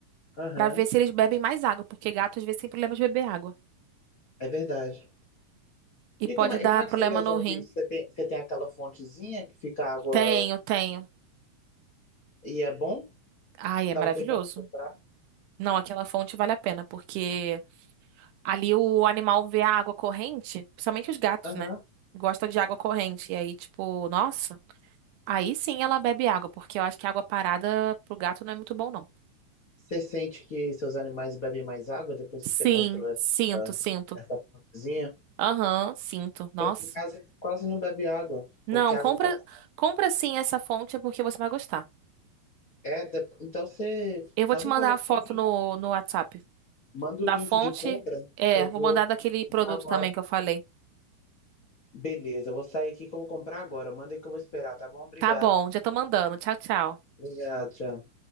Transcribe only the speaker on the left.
Aham,
é verdade.
E
como é,
e como é
que você resolve
isso? Você tem, você tem aquela fontezinha que fica água
E é bom?
Tava
pensando em comprar.
Aham.
Você sente que seus animais bebem mais água depois que
você comprou essa,
essa plantazinha?
Porque aqui em casa ele quase não bebe água,
porque a
água fica.
É, de- Então você
faz
um
favor
pra mim,
manda
o link
de compra
que eu
vou
comprar agora.
Beleza, eu vou sair aqui que eu vou comprar agora. Manda aí que eu vou esperar, tá bom? Obrigado.
Obrigado, tchau.